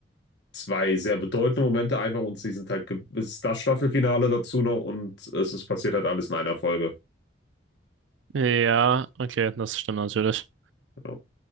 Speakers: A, on the left; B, on the right.
A: zwei sehr bedeutende Momente einfach und sie sind halt, ge- es ist das Staffelfinale dazu noch und es ist passiert halt alles in einer Folge.
B: ja, okay, das stimmt natürlich.
A: Genau.